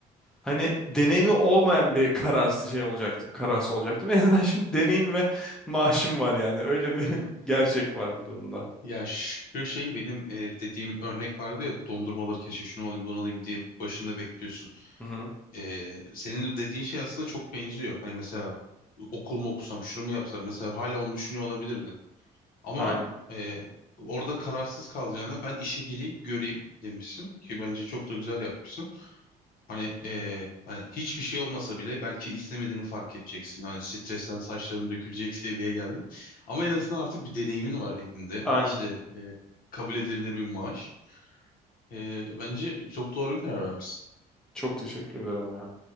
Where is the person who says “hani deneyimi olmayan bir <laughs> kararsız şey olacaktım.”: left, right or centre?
Centre